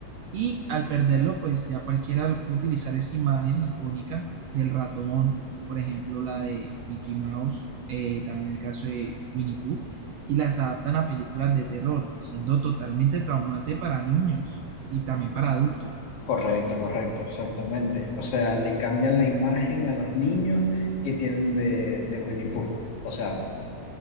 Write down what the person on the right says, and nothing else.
Y al perderlo, pues ya cualquiera puede utilizar esa imagen icónica del ratón, por ejemplo, la de Mickey Mouse, eh, también el caso de Winnie Pooh, y las adaptan a películas de terror, siendo totalmente traumante para niños y también para adultos.